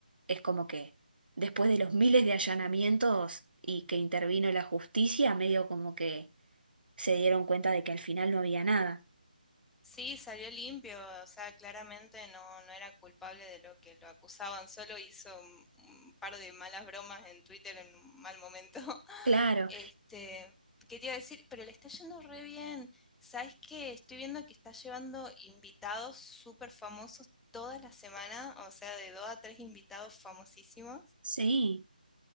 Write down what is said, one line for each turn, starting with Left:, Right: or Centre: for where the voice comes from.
Right: es como que después de los miles de allanamientos y que intervino la justicia, medio como que se dieron cuenta de que al final no había nada.
Centre: Sí, salió limpio, o sea, claramente no, no era culpable de lo que lo acusaban, solo hizo un, un par de malas bromas en Twitter en un mal momento. <laughs>
Right: Claro,
Centre: Este, ¿qué te iba a decir? Pero le está yendo re bien. ¿Sabes qué? Estoy viendo que está llevando invitados súper famosos toda la semana, o sea, de dos a tres invitados famosísimos.
Right: sí.